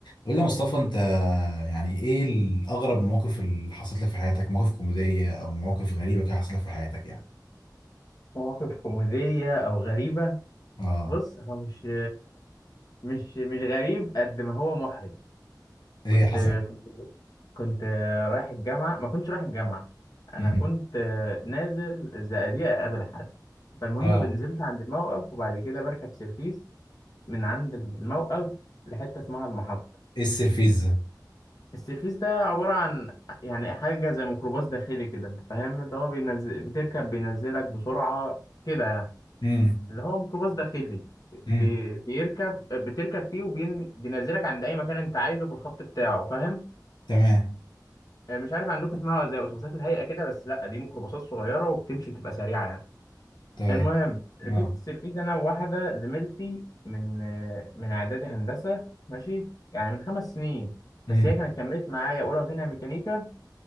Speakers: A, on the left (about 85°); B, on the left (about 55°).
A: قول لي يا مصطفى انت يعني ايه الاغرب المواقف اللي حصلت لك في حياتك مواقف كوميديه او مواقف غريبه كده حصلت لك في حياتك يعني
B: مواقف كوميدية أو غريبة
A: اه
B: بص هو مش مش مش غريب قد ما هو محرج
A: ايه
B: كنت
A: حصل
B: كنت كنت رايح الجامعة ما كنتش رايح الجامعة أنا
A: امم
B: كنت نازل الزقازيق أقابل حد فالمهم
A: اه
B: نزلت عند الموقف وبعد كده بركب سيرفيس من عند الموقف لحتة اسمها المحطة
A: ايه السرفيز ده
B: السيرفيس ده عبارة عن يعني حاجة زي ميكروباص داخلي كده أنت فاهم اللي هو بينزل بتركب بينزلك بسرعة كده يعني
A: امم
B: اللي هو ميكروباص داخلي بي-
A: امم
B: بيركب بتركب فيه وبينزلك عند اي مكان انت عايزه في الخط بتاعه فاهم
A: تمام
B: مش عارف عندكم اسمها زي اتوبيسات الهيئه كده بس لا دي ميكروباصات صغيره وبتمشي بتبقى سريعه يعني
A: طيب
B: المهم ركبت
A: اه
B: السيرفيس انا وواحده زميلتي من من اعدادي هندسه ماشي يعني من خمس سنين
A: امم
B: بس هي كانت كملت معايا اولى وثانيه ميكانيكا